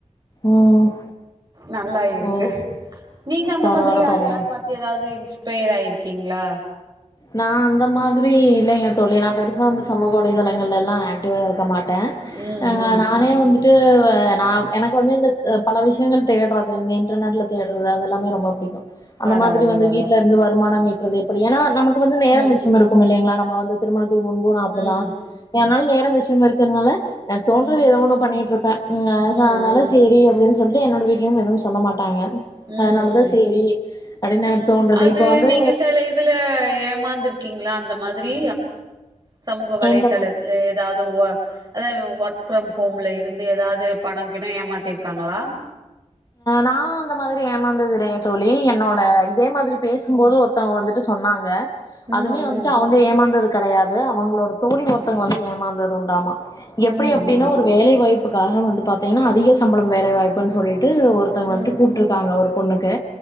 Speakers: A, on the left; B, on the right.
A: ம்
B: நல்லா இருக்கு
A: ஓ
B: நீங்க அந்த
A: பரவால்ல
B: மாதிரி யாரயாது
A: பரவால்ல
B: பாத் து எதாது இன்ஸ்பெயர் ஆயிருக்கீங்ளா
A: நா அந்த மாதிரி இல்லைங்க தோழி நா பெருசா வந்து சமூக வலைதளங்கள்ல எல்லா ஆக்டிவா இருக்க மாட் டே
B: ம்
A: அ
B: ம்
A: நானே வந்து ட்டு நா எனக்கு வந்து இந்த பல விஷயங்கள் தேட்றது இந்த இன்டர்நெட்ல தேட்றது அது எல்லாமே ரொம்ப புடிக்கு அந்த
B: பரவால்ல
A: மாதிரி வந்து
B: பரவால்ல
A: வீட்ல இருந்து வருமானம் ஈட்றது எப்டி ஏன்னா நமக்கு வந்து நேரொ மிச்சம்
B: ம்
A: இருக்கும் இல்லைங்ளா நம்ம வந்து திருமணத்துக்கு முன்பு நா அப்டிதா
B: ம்
A: எனால நேரொ மிச்சம் இருக்கிறனால எனக்கு தோன்றது
B: ம்
A: எதோ ஒன்னு பண்ணிட்டு இருப்பே
B: ம் ம்
A: அதனால சேரி அப்டின் சொல்ட்டு என்னோட வீ்ட்லயு எதுவு சொல்ல மாட்டாங்க
B: ம்
A: அதனாலதா
B: ம்
A: சேரி அப்டின்னு
B: ம்
A: எனக்கு தோன்றது
B: அது
A: இப்ப வந்து
B: நீங்க சில இதுல ஏமாந்துருக்கீங்ளா அந்த மாதிரி சமூக வலை
A: எந்த
B: தளத்துல எதாவது ஒ அத ஒர்க் ஃப்ரம் ஹோம்ல இருந்து எதாது பணொ கிணொ ஏமாத்திருக்காங்ளா
A: நா அந்த மாதிரி ஏமாந்ததில்லங் தோழி என்னோட இதே மாதிரி பேசு ம் போது ஒருத்தவங்க வந்துட்டு சொன்னாங்க அதுமே
B: ம்
A: வந்துட்டு
B: ம்
A: அவுங் க ஏமாந்தது கெடையாது. அவங்களோட தோழி ஒருத்தங்க வந்து ஏமாந்தது உண்டாமா எப்டி
B: ம்
A: அப்டின்னா ஒரு வேலைவாய்ப்புக்காக வந்து பாத்தீங்கன்னா அதிக சம்பள வேலைவாய்ப்புன் சொல்லிட்டு ஒரு த்தவுங்க
B: ம்
A: வந்து கூப்ட்டுருக்காங்க
B: ம்
A: ஒரு பொண்ணுக்கு